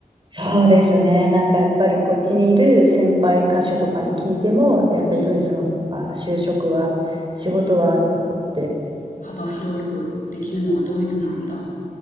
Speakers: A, on the right; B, on the left.
A: そうですね、なんかやっぱりこっちにいる先輩歌手とかに聞いても、やっぱりドイツの方が就職は、
B: うん。
A: 仕事はあるとって、
B: うん。幅広くできるのはドイツなんだ。